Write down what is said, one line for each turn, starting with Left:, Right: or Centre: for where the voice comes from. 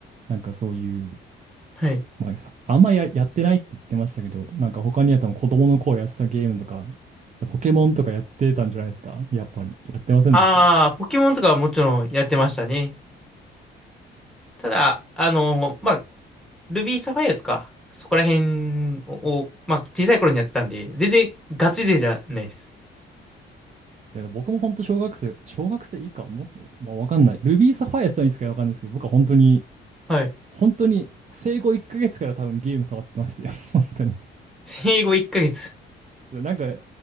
Right: なんかそういう、
Centre: はい。
Right: まあ、さあんまや、やってないって言ってましたけど、なんか他にやったの子供の頃やってたゲームとか、ポケモンとかやってたんじゃないですかやっぱり。やってませんでした。
Centre: ああ、ポケモンとかはもちろんやってましたね。ただ、あのまあ、ルビーサファイアとか、そこら辺を、まあ、小さい頃にやってたんで、全然ガチ勢じゃないです。
Right: いや、僕も本当小学生、小学生以下、もっと、まあ、わかんない。ルビーサファイアさんいつかわかんないですけど、僕は本当に、
Centre: はい。
Right: 本当に生後1ヶ月から多分ゲーム触ってましたよ。<laughs> 本当に。
Centre: 生後1ヶ月。
Right: でなんか、